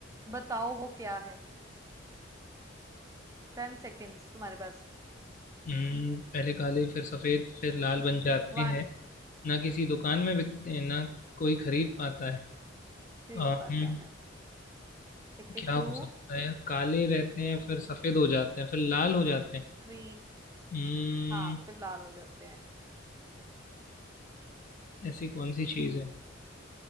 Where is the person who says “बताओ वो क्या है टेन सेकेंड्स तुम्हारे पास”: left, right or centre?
Right